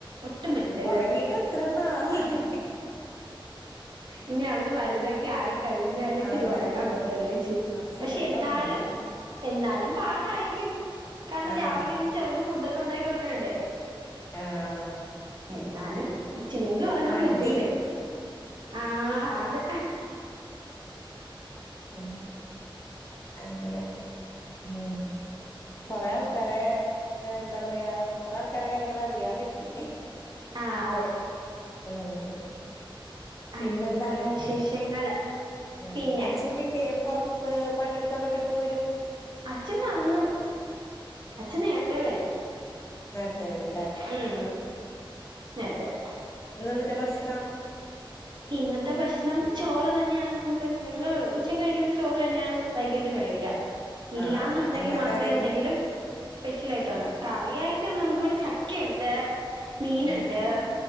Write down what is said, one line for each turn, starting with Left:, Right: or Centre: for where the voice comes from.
Right: ഒട്ടും പറ്റത്തില്ലേ
Left: ഒറങ്ങീട്ട് എത്ര നാളായി
Right: ഇനി അവര് വലുതൊക്കെ ക്യായി കഴിഞ്ഞാലേ ഇച്ചിരി
Left: അതന്നെ
Right: ഉറങ്ങാൻ പറ്റല്ലേച്ചി
Left: അപ്പൊ സുഖായിട്ട്
Right: പക്ഷെ എന്നാലും
Left: ഒറങ്ങണം
Right: എന്നാലും പാടായിരിക്കും കാരണം
Left: ആഹ്
Right: രാവിലെ എണീച്ച് അവർക്ക് ഫുഡൊക്കെ ഉണ്ടാക്കി കൊടുക്കണ്ടേ
Left: ആഹ്
Right: എന്നാലും ഇച്ചരിയെങ്കിലും ഒറങ്ങാൻ
Left: മടി
Right: പറ്റുല്ലേ ആഹ് ആന്ന്
Left: ഉം അങ്ങനെ ഉം കൊറെ ആൾക്കാരെ എന്താ പറയാ കൊറേ ആൾക്കാരെ കാര്യങ്ങൾ അറിയാൻ പറ്റി
Right: ആഹ് അതെ
Left: ഏഹ് പിന്നെന്താണ്
Right: അങ്ങനെയൊക്കെയുള്ള വിശേഷങ്ങള്
Left: ഉം
Right: പിന്നെ
Left: അച്ഛൻ വീട്ടിയെ പൊർ ത്ത് പണിയെടുക്കാൻ പോയിട്ട് എപ്പ വരും
Right: അച്ഛൻ വന്നു അച്ഛൻ നേറത്തെ വരും
Left: നേരത്തേ വരുലേ
Right: ഉം നേരത്തെ വരും
Left: ഇന്ന് എന്തു റ്റാ ഭക്ഷണം
Right: ഇന്നത്തെ ഭഷ്ണം ചോറ് തന്നെയാണ് നമുക്ക് ഞങ്ങള് ഉച്ച കഴിക്കുന്ന ചോറ് തന്നെയാണ് വൈകിട്ടും കഴിക്യ. ഇല്ലന്നുണ്ടെങ്കി
Left: ആഹ് ആഹ് എന്താ
Right: മാത്രേ
Left: കറി
Right: എന്തെങ്കിലും സ്പെഷ്യലായിട്ടുണ്ടാക്ക കറിയായിട്ടും നമുക്ക് ഇവിടെ ചക്കുയുണ്ട് മീന്ണ്ട്
Left: ഉം